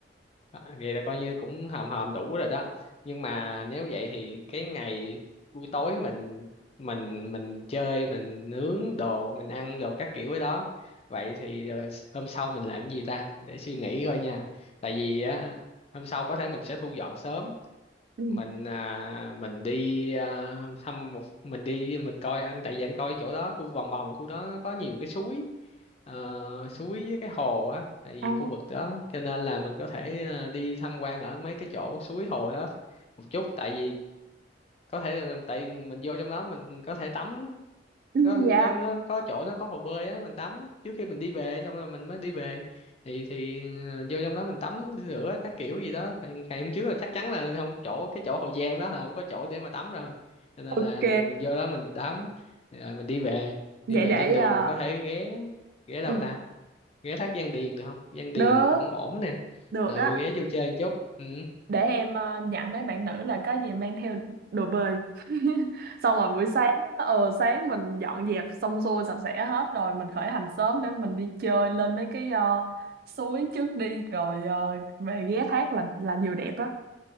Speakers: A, on the left; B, on the right.
A: À, vậy là coi như cũng hòm hòm đủ rồi đó nhưng mà nếu vậy thì cái ngày buổi tối mình mình mình chơi mình nướng đồ mình ăn đồ các kiểu ở đó vậy thì ờ, hôm sau mình làm cái gì ta để suy nghĩ coi nha tại vì á hôm sau có thể mình sẽ thu dọn sớm
B: Ừ.
A: mình à, mình đi à, thăm một mình đi mình coi anh tại vì anh coi chỗ đó khu vòng vòng khu đó có nhiều cái suối ờ, suối với cái hồ á tại vì
B: À.
A: khu vực đó cho nên là mình có thể à, đi tham quan ở mấy cái chỗ suối hồ đó một chút tại vì có thể là tại mình vô trong đó mình có thể tắm
B: Ừ,
A: có
B: dạ
A: cho nó có chỗ nó có hồ bơi á mình tắm trước khi mình đi về xong rồi mình mới đi về thì thì mình vô trong đó mình tắm rửa các kiểu gì đó thì ngày hôm trước là chắc chắn là không chỗ cái chỗ Hồ Giang đó là không có chỗ để mà tắm rồi cho nên
B: ok
A: là mình vô đó mình tắm rồi mình đi về
B: vậy
A: đi về
B: để
A: trên đường
B: ờ,
A: mình có thể ghé ghé đâu
B: Ừ.
A: ta ghé thác Giang Điền được không Giang Điền
B: đớ
A: cũng ổn nè
B: được
A: ừ
B: á
A: ghé vô chơi một chút ừ
B: để em ờ, dặn mấy bạn nữ là có gì mang theo đồ bơi <laughs> xong rồi buổi sáng ờ sáng mình dọn dẹp xong xuôi sạch sẽ hết rồi mình khởi hành sớm để mình đi chơi lên mấy cái ờ, suối trước đi rồi ờ, về ghé thác là là nhiều đẹp đó